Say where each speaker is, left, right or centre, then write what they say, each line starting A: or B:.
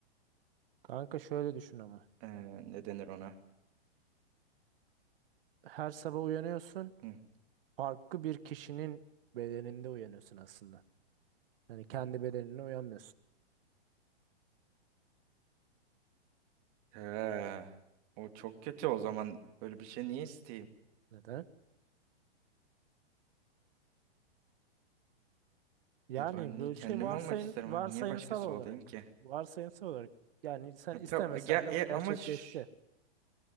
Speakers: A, on the right; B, on the right.
A: Kanka şöyle düşün ama.
B: Ee, ne denir ona?
A: Her sabah uyanıyorsun.
B: Hı.
A: Farklı bir kişinin bedeninde uyanıyorsun aslında. Yani kendi bedenine uyanmıyorsun.
B: Ha, o çok kötü o zaman. Böyle bir şey niye isteyeyim?
A: Neden? Yani
B: Ya Ben niye
A: böyle
B: kendim
A: şey varsayım
B: olmak isterim
A: varsayımsal
B: abi. Niye başkası
A: olarak
B: olayım ki?
A: varsayımsal olarak yani sen
B: Ya, tab-
A: istemesen
B: ya,
A: de
B: e,
A: bu gerçekleşti.
B: ama ş-